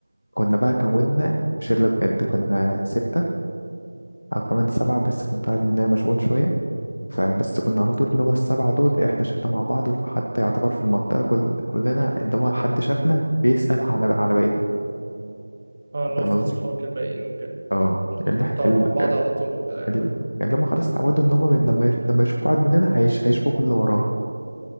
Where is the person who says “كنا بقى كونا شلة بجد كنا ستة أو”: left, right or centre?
Left